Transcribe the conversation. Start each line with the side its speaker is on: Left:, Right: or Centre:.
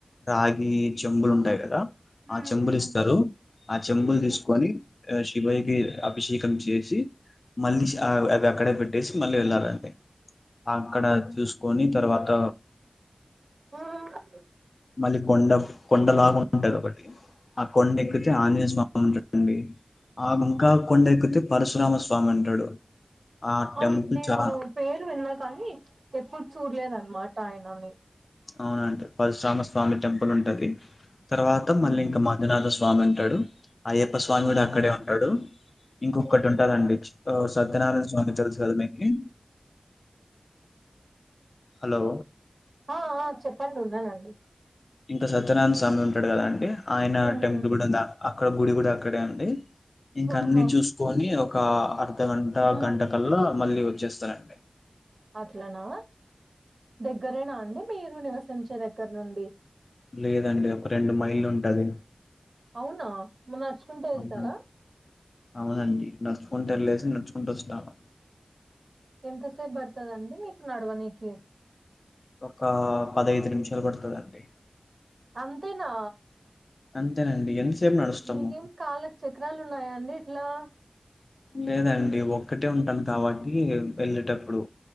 Left: రాగి జంబులుంటాయి గదా
Right: హ్మ్
Left: ఆ చెంబులు
Right: హ్మ్
Left: ఇస్తారు ఆ చెంబులు తీస్కోని శివయ్యకి అభిషేకం చేసి మళ్ళీ అవి అక్కడే పెట్టేసి మళ్ళీ వెళ్ళాలండి అక్కడ చూస్కోని తర్వాత
Right: హ్మ్.
Left: మళ్ళీ కొండప్ కొండలాగా ఉంటదొకటి ఆ కొండెక్కితే ఆంజనేయ స్వామి ఉంటుండి ఆ ముంకా కొండెక్కితే పరశురామ స్వామి ఉంటాడు ఆ
Right: అవును
Left: టెంపుల్
Right: నేను
Left: చా
Right: పేరు విన్నా కానీ ఎప్పుడు చూడ్లేదు అన్మాట ఆయ్నని
Left: అవునండి పరశురామ స్వామి టెంపులుంటది తర్వాత మళ్ళీ
Right: ఉహు
Left: ఇంకా మంజునాథ స్వామి ఉంటాడు అయ్యప్ప స్వామి
Right: ఉహు
Left: గుడ అక్కడే ఉంటాడు ఇంకొక్కటి ఉంటదండి సత్యనారాయణ స్వామి తెలుసు కద మీకి హలో
Right: ఆ ఆ చెప్పండి ఉన్నానండి
Left: ఇంక సత్యనాయణ స్వామి ఉంటడు గదండి ఆయన
Right: ఉహు
Left: టెంపుల్ గుడుంది అక్కడ గుడి గుడ అక్కడే అండి ఇంకన్నీ
Right: ఆహా
Left: చూస్కోని ఒక అర్ధగంట
Right: ఉ
Left: గంట కల్లా మళ్ళీ వచ్చేస్తరండి
Right: అట్లనా దగ్గరేనా అండి మీరు నివసించే దగ్గర్ నుండి
Left: లేదండి ఒక రెండు మైళ్ళు ఉంటది
Right: అవునా మరి నడుచుకుంటూ వెళ్తారా
Left: అవునా అవునండి నడుచుకుంటల్లేసి నడుచుకుంటువస్తాము
Right: ఎంతసేపు బడ్టదండి మీకు నడవనికి
Left: ఒక పదైదు నిమిషాలు పడుతుందండీ
Right: అంతేనా
Left: అంతేనండి నడుస్తాము
Right: మీకేం కళ్లకు చక్రాలు ఉన్నాయా అండి ఎట్లా
Left: లేదండి ఒక్కటే ఉంటాను కాబట్టి వెళ్ళేటప్పుడు